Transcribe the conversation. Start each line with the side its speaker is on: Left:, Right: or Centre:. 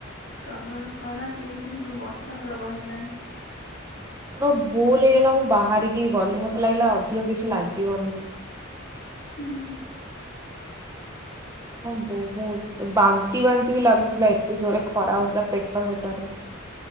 Left: ପ୍ରବଳ ଖରା‌ ଏଇଠି ବର୍ଷା ପ୍ରବଳ ହେଲାଣି।
Right: ମୋର ଭୁଲ ହେଇଗଲା ମୁଁ ବାହାରିକି ଗଲି। ସମତେ ଲାଗିଲା ଅଧିକ କିଛି ଲାଗିବନି।
Left: ହଁ
Right: ହଁ ବହୁତ୍ ବାନ୍ତି ବାନ୍ତି ବି ଲାଗୁଥିଲା ଏତେ ଜୋରେ ଖରା ହଉଥିଲା ପେଟ ଭିତରେ।